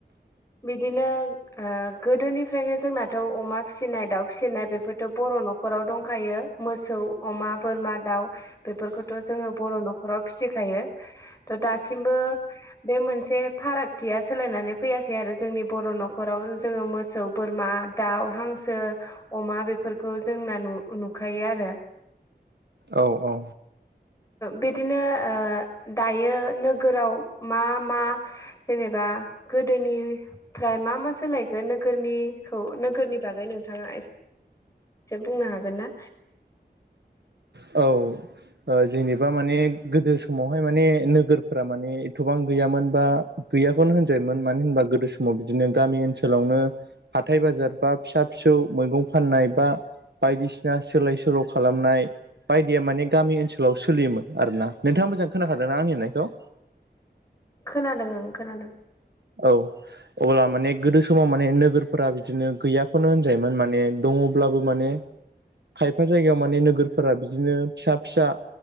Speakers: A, on the left; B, on the right.
A: बिदिनो ओ गोदोनिफ्रायनो जोंनाथ' अमा फिसिनाय दाउ फिसिनाय बेफोरथ' बर' न'खराव दंखायो। मोसौ अमा बोरमा दाउ बेफोरखौथ' जोङो बर' न'खराव फिसिखायो। थ' दासिमबो बे मोनसे फारागथिया सोलायनानै फैया खै आरो जोंनि बर' न'खराव जोङो मोसौ बोरमा दाउ हांसो अमा बेफोरखौ जोंना नु-नुखायो आरो।
B: औ औ।
A: बिदिनो ओ दायो नोगोराव मा मा जेनेबा गो गोदोनिफ्राय मा मा सोलायखो नोगोरनिखौ नोगोरनि बागै नोंथाङा एसे से बुंनो हागोन ना?
B: औ। जेनेबा माने गोदो समावहाय माने नोगोरफोरा माने एथ'बां गैयामोन बा गैयाखौनो होनजायोमोन मानो होनबा गोदो समाव बिदिनो गामि ओनसोलावनो हाथाय बाजार बा फिसा फिसौ मैगं फाननाय बा बायदिसिना सोलाय सोल' खालामनाय बायदिया माने गामि ओनसोलाव सोलियोमोन आरोना नोंथाङा मोजाङै खोनाखादोंना आंनि होननायखौ?
A: खोनादों ओं खोनादों।
B: औ। अब्ला माने गोदो समाव माने नोगोरफोरा बिदिनो गैयाखौनो होनजायोमोन माने दङब्लाबो माने खायफा जायगायाव माने नोगोरफोरा बिदिनो फिसा फिसा